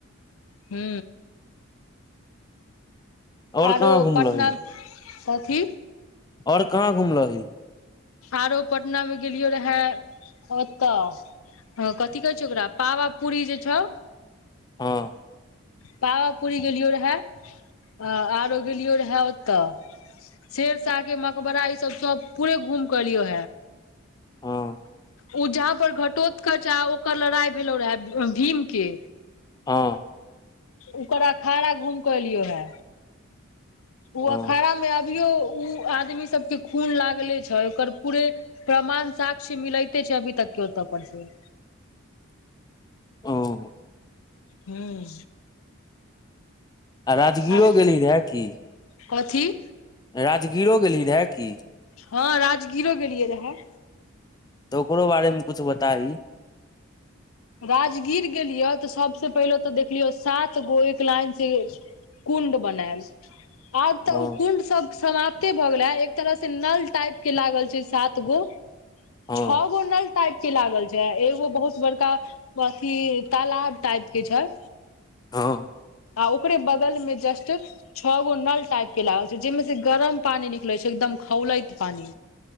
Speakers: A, on the left; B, on the left.
A: हू।
B: और
A: आरो
B: कहाँ घुमलही
A: पटना कथि।
B: ओर कहाँ घुमलो?
A: आरो पटनामे गेलियो रहै ओतऽ। हँ, कथी कहै छौ, ओकरा पावापूरी जे छौ
B: हँ।
A: पावापुरी गेलियो रहे आ, आरो गेलियो रहे ओतऽ शेरशाहके मकबरा ईसभ सभ पूरे घूम कऽ एलियो।
B: हँ।
A: उजहा पर घटोत करचा ओकर लड़ाई भेलहु रहे भीमके।
B: हँ
A: ओकर अखाड़ा घूम केऽ एलियौ हे ओ
B: हँ
A: अखाड़ा मे अभ अभियो ओ आदमी सब के खून लागले छै ओकर पूरे प्रमाण साक्ष्य मिलयते छै अभी तक के होत परसे
B: ओम
A: हूँ
B: राजगीरो
A: आ
B: गेली रहए कि
A: कथी
B: राजगीरो गेली रहए कि
A: हँ राजगीरो गेलियै रहए
B: तऽ ओकरो बारे मे कुछ बताही
A: राजगीर गेलियै तऽ सबसे पहिले तऽ देखलियो सात गो एक लाइन से कुण्ड बनायल आब तऽ
B: हँ
A: ओ कुण्ड सब समाप्ते भ गेले ह एक तरह से नल टाइप के लागल छै सात गो
B: हँ
A: छः गो नल टाइप के लागल छै एगो बहुत बड़का अथी तालाब टाइप के छैल
B: हँ
A: आ ओकरे बगल में जस्ट छह गो नल टाइप के लागल छै जेहिमे से गरम पानी निकलै छै एकदम खौलैत पानी